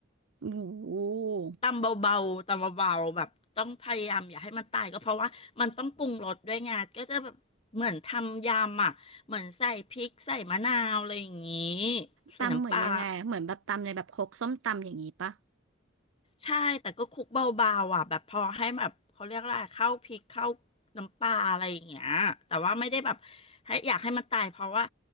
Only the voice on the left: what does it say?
ตำเบาๆตำเบาๆแบบต้องพยายามอย่าให้มันตายก็เพราะว่ามันต้องปรุงรสด้วยไงก็จะแบบเหมือนทำยำอ่ะเหมือนใส่พริกใส่มะนาวอะไรอย่างงี้ใส่น้ำปลา
ใช่แต่ก็คลุกเบาๆอ่ะแบบพอให้แบบเขาเรียกอะไรเข้าพริกเข้าน้ำปลาอะไรอย่างเงี้ยแต่ว่าไม่ได้แบบให้อยากให้มันตายเพราะว่า